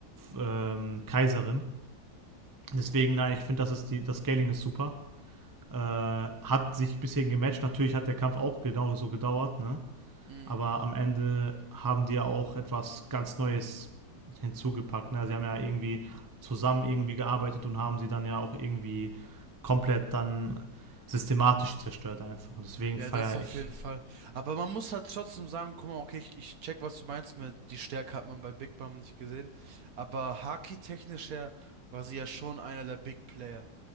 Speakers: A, on the right; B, on the right.
A: ähm, Kaiserin. Deswegen, nein, ich finde, das, ist die- das Scaling ist super. Äh, hat sich bisher gematcht. Natürlich hat der Kampf auch genau so gedauert, ne?
B: Mhm.
A: Aber am Ende haben die ja auch etwas ganz Neues hinzugepackt. Ne? Sie haben ja irgendwie zusammen irgendwie gearbeitet und haben sie dann ja auch irgendwie komplett dann systematisch zerstört einfach. Und deswegen
B: Ja,
A: feiere
B: das auf
A: ich
B: jeden Fall. Aber man muss halt trotzdem sagen, guck mal, okay, ich, ich check, was du meinst mit, die Stärke hat man bei Big Bam nicht gesehen. Aber Haki-technisch her war sie ja schon einer der Big Player.